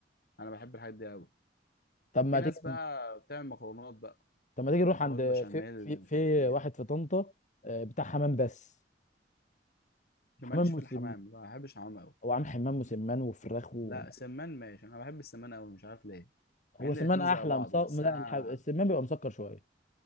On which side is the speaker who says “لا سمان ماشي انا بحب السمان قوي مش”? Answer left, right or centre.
Left